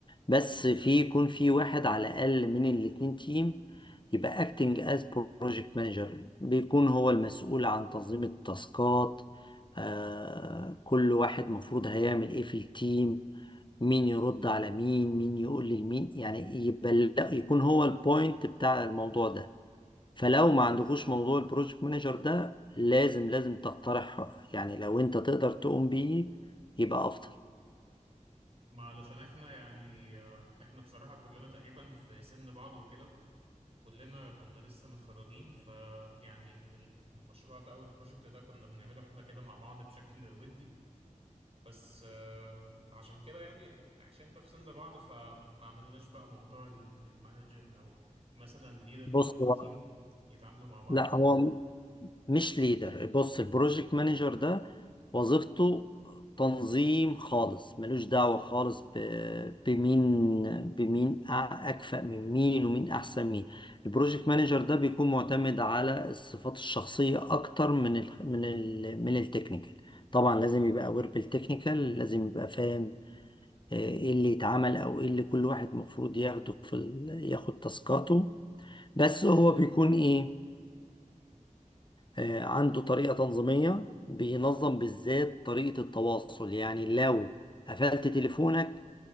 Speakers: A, on the left (about 35°); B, on the right (about 50°).
A: بس في يكون في واحد على الأقل من الاتنين تيم يبقى acting as project manager بيكون هو المسؤول عن تنظيم التاسكات آه كل واحد مفروض هيعمل ايه في التيم مين يرد على مين مين يقول لمين يعني يبقى لا- يكون هو البوينت بتاع الموضوع ده فلو ما عندكوش موضوع البروجكت مانجر ده لازم لازم تقترح يعني لو انت تقدر تقوم بيه يبقى افضل
B: ما علشان احنا يعني آه، احنا بصراحة كلنا تقريبا في سن بعض وكده كلنا كنا لسه متخرجين فيعني المشروع ده او البروجكت ده كنا بنعمله احنا كده مع بعض بشكل ودي بس آه، فعشان كده يعني عشان احنا في سن بعض فما عملناش بقى موضوع ال- المانجر او مثلا ليدر
A: بص
B: لكل
A: هو
B: تيم يتعاملوا مع بعض
A: لا
B: يعني
A: هو مش ليدر بص البروجكت مانجر ده وظيفته تنظيم خالص ملوش دعوة خالص ب... بمين بمين أع- أكفأ من مين ومين أحسن مين البروجكت مانجر ده بيكون معتمد على الصفات الشخصية أكتر من ال... من ال... من التكنيكال طبعا لازم يبقى أوير بالتكنيكال لازم يبقى فاهم آه، ايه اللي يتعمل او ايه اللي كل واحد مفروض ياخده في ال... ياخد تاسكاته بس هو بيكون ايه آه، عنده طريقة تنظيمية بينظم بالذات طريقة التواصل يعني لو قفلت تليفونك